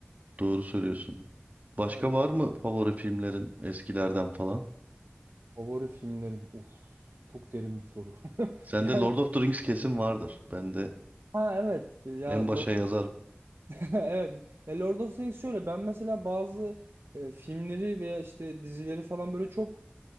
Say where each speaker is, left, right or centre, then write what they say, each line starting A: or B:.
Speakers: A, on the right; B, on the right.
A: Doğru söylüyorsun. Başka
B: evet.
A: var mı favori filmlerin eskilerden falan?
B: Favori filmlerim. Uf. Çok derin bir soru. <laughs>
A: Sende
B: Yani
A: Lord of the Rings kesin vardır. Ben de
B: ha evet. Ya
A: en başa
B: Lord,
A: yazarım.
B: <laughs> evet. Ya Lord of the Rings şöyle. Ben mesela bazı e, filmleri veya işte dizileri falan böyle çok